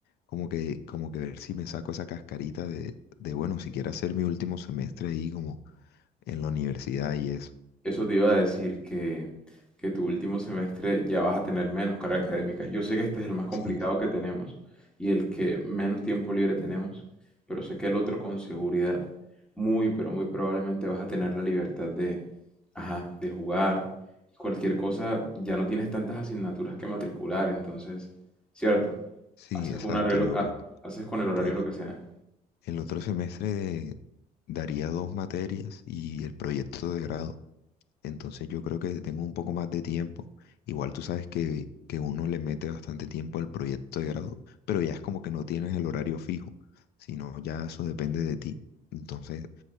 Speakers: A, on the left; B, in the centre.
A: como que, como que ver si me saco esa cascarita de, de, bueno, si quiero hacer mi último semestre ahí como en la universidad y eso.
B: Eso te iba a decir que, que tu último semestre ya vas a tener menos carga académica. Yo sé que este es el más complicado
A: Sí,
B: que tenemos y el que menos tiempo libre tenemos, pero sé que el otro con seguridad, muy, pero muy probablemente vas a tener la libertad de, ajá, de jugar. Cualquier cosa, ya no tienes tantas asignaturas que matricular, entonces, cierto,
A: sí,
B: haces
A: exacto.
B: una relo-
A: Yo
B: ha- haces con el horario
A: pues
B: lo que sea.
A: el otro semestre daría dos materias y el proyecto de grado. Entonces yo creo que tengo un poco más de tiempo. Igual tú sabes que, que uno le mete bastante tiempo al proyecto de grado, pero ya es como que no tienes el horario fijo, sino ya eso depende de ti. Entonces